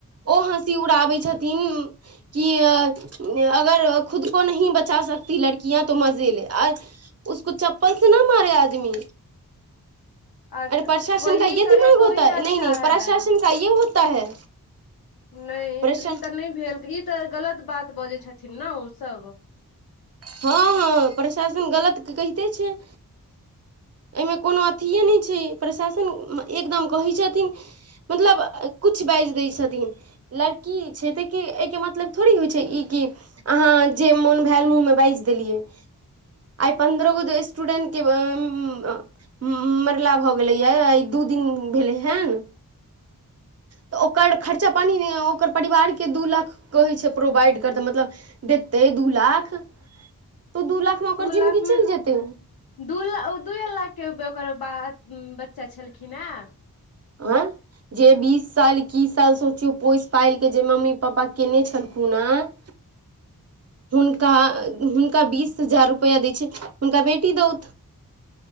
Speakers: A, on the right; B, on the left.
A: ओ हँसी उड़ाबै छथिन कि अगर खुद को न बचा सकती लड़किया तऽ मजे ले एअ उसको चप्पल से ना मारे आदमी
B: अच्छा
A: प्रशासन
B: वही
A: का ये
B: करे
A: दिमाग
B: तो
A: होता
B: ही
A: है
B: अच्छा
A: नहि नहि
B: है
A: प्रशासन का ये होता है
B: नहि
A: प्रशा
B: ई तऽ नहि भेल ई तऽ गलत बात बजै छथिन ने ओ सभ
A: हँ हँ प्रशासन गलत कहिते छैय एहिमे कोनो अथिेय नहि छै प्रशासन एकदम कहैत छथिन मतलब कुछ बाजि दै छथिन लड़की छै त एहिके मतलब थोड़ी होइ छै ई कि अहाँ जे मोन भेल मुँह मे बाइज देलिये आई पंद्रह गो जे स्टूदेंट कें ऐं म -मरला भऽ गेलैयए आय दू दिन भेलै हेन तऽ ओकर खर्चा पानि नहि ओकर परिवार के दू लाख कहै छै प्रोवाइड करतैय मतलब देते दू लाख तऽ दू लाख मे ओकर
B: लाख
A: जिन्दगी
B: मे
A: चलि जेतै
B: दू लाख दूए लाख के ओकर ब बच्चा छलखिन हेँ
A: ऑ जे बीस साल एकीस साल सोचियौ पोसि पाइल के जे मम्मी पापा केने छलखिन हन हुनका हुनका बीस हजार रुपैआ दै छै हुनका बेटी दउथ